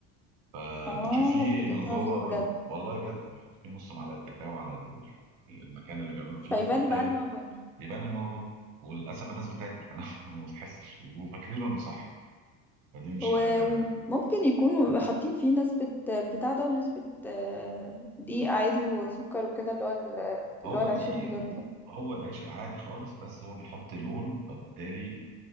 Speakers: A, on the right (about 70°); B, in the centre.
A: فبتشوفيه
B: اه بجد
A: من جوه
B: هزه
A: بن-
B: بجد
A: والله بجد بيحطوا فيه نص معلقه كاكاو على الح- المكان اللي بيعملوا فيه
B: فيبان
A: فبالتالي
B: بقى ان هو بني
A: يبان ان هو بن وللاسف الناس بتاكل كمان <laughs> وما بتحسش وفاكرينه انه صح فدي مش
B: و-
A: حاجه
B: وممكن يكونوا حاطين فيه نسبة بتاع ده ونسبة آه، دقيق عادي وسكر وكده اللي هو ال-
A: هو
B: اللي هو العيش
A: دي
B: المضر ده
A: هو العيش العادي خالص بس هو بيحط لون فبالتالي